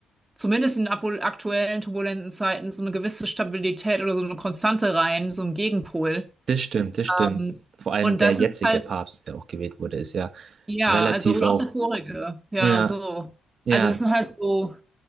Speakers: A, on the right; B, on the right.
A: zumindest in abo- aktuellen turbulenten Zeiten, so eine gewisse Stabilität oder so eine Konstante rein, so ein Gegenpol.
B: Das stimmt, das stimmt.
A: Ähm,
B: Vor allem
A: und
B: der
A: das
B: jetzige
A: ist halt,
B: Papst, der auch gewählt wurde, ist ja
A: ja,
B: relativ
A: also und
B: auch.
A: auch der vorige, ja,
B: Ja,
A: so.
B: ja,
A: Also das sind halt so